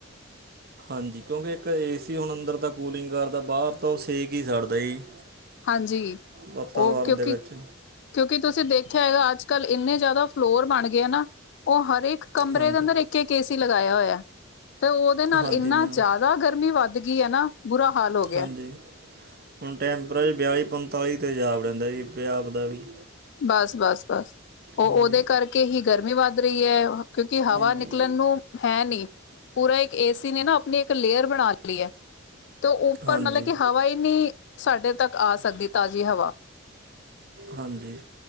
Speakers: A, on the right; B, on the left.
A: ਹਾਂਜੀ ਕਿਉਂਕਿ ਇੱਕ ਏ ਸੀ ਹੁਣ ਅੰਦਰ ਦਾ ਕੂਲਿੰਗ ਕਰਦਾ ਬਾਹਰ ਤਾਂ ਉਹ ਸੇਕ ਹੀ ਸੜਦਾ ਜੀ
B: ਹਾਂਜੀ,
A: ਵਾਤਾਵਰਨ
B: ਉਹ ਕਿਉਂਕਿ
A: ਦੇ ਵਿੱਚ
B: ਕਿਉਂਕਿ ਤੁਸੀਂ ਦੇਖਿਆ ਹੈਗਾ ਅੱਜ ਕੱਲ੍ਹ ਇੰਨੇ ਜ਼ਿਆਦਾ ਫਲੋਰ ਬਣ ਗਏ ਨਾ ਉਹ ਹਰੇਕ ਕਮਰੇ
A: ਹਾਂਜੀ
B: ਦੇ ਅੰਦਰ ਇੱਕ ਇੱਕ ਏ ਸੀ ਲਗਾਇਆ ਹੋਇਆ ਤੇ ਉਹਦੇ ਨਾਲ
A: ਹਾਂਜੀ
B: ਇੰਨਾ
A: ਮੈਮ
B: ਜ਼ਿਆਦਾ ਗਰਮੀ ਵੱਧ ਗਈ ਹੈ ਨਾ ਬੁਰਾ ਹਾਲ ਹੋ ਗਿਆ।
A: ਹਾਂਜੀ ਹੁਣ ਟੈਂਪਰੇਚ ਬਿਆਲੀ ਪੰਤਾਲੀ 'ਤੇ ਜਾਾਬ ਰਹਿੰਦਾ ਜੀ ਪੰਜ ਆਪ ਦਾ ਵੀ
B: ਬਸ ਬਸ ਬਸ ਉਹ
A: ਹਾਂਜੀ
B: ਉਹਦੇ ਕਰਕੇ ਹੀ ਗਰਮੀ ਵੱਧ ਰਹੀ ਹੈ ਕਿਉਂਕਿ ਹਵਾ
A: ਹਾਂਜੀ
B: ਨਿਕਲਣ ਨੂੰ ਹੈ ਨਹੀਂ ਪੂਰਾ ਇੱਕ ਏਸੀ ਨੇ ਨਾ ਆਪਣੀ ਇੱਕ ਲੇਅਰ ਬਣਾ ਲਈ ਹੈ ਤੇ ਉੱਪਰ
A: ਹਾਂਜੀ
B: ਮਤਲਬ ਕਿ ਹਵਾ ਇਨੀ ਸਾਡੇ ਤੱਕ ਆ ਸਕਦੀ ਤਾਜ਼ੀ ਹਵਾ
A: ਹਾਂਜੀ